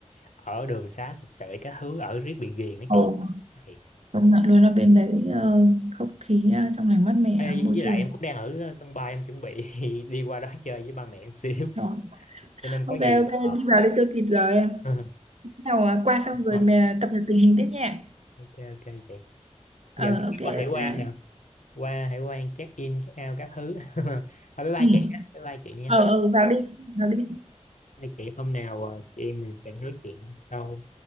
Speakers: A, on the left; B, on the right.
A: ở đường xá sạch sẽ các thứ ở riết bị ghiền á
B: Ồ,
A: chị. Thiệt.
B: công nhận luôn ở bên đấy ờ, không khí ờ, trong lành mát mẻ
A: Ê,
B: môi
A: Với
B: trường
A: lại em cũng đang ở ờ, sân bay em chuẩn bị <laughs> đi qua đó chơi với ba mẹ một xíu.
B: rồi
A: Cho nên
B: ok
A: có
B: ok
A: gì ờ,
B: đi vào đi cho kịp giờ em
A: <laughs>
B: nào à, qua xong rồi
A: Rồi,
B: mà cập nhật tình hình tiếp nha
A: ok ok chị. Dạ
B: ờ
A: em đi
B: ok bye
A: qua hải quan
B: bye.
A: nè, qua hải quan check in check out các thứ. <laughs> Thôi bye bye
B: Ừ.
A: chị, nha. bye bye chị nha.
B: ờ ờ vào đi vào đi
A: hai chị hôm nào ờ, chị em mình sẽ nói chuyện sau